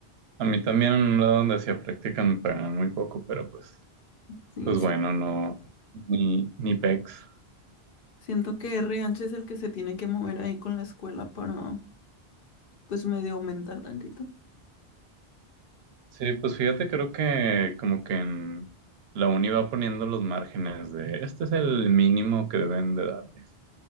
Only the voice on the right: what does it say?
a mí también en un lado donde hacía práctica me pagaban muy poco, pero pues,
pues
bueno, no, ni, ni pex.
Sí, pues fíjate, creo que como que en la uni va poniendo los márgenes de este es el mínimo que deben de darles.